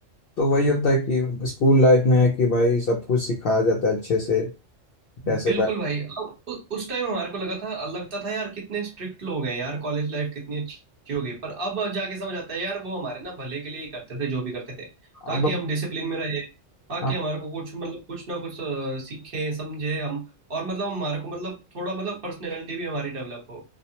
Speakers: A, on the left; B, on the right.
A: तो वही होता है कि स्कूल लाइफ में है कि भाई सब कुछ सिखाया जाता है अच्छे से कैसे
B: बिल्कुल
A: बै-
B: भाई अब उ- उस टाइम हमारे को लगा था लगता था यार कितने स्ट्रिक्ट लोग हैं यार कॉलेज लाइफ कितनी अच्छी हो गई पर अब जाके समझ आता है यार वो हमारे ना भले के लिए ही करते थे जो भी करते थे ताकि
A: अब
B: हम डिसिप्लिन में रहे ताकि
A: हाँ।
B: हमारे को कुछ मतलब कुछ ना कुछ अ, सीखें समझे हम और मतलब हमारे को मतलब थोड़ा मतलब पर्सनैलिटी भी हमारी डेवलप हो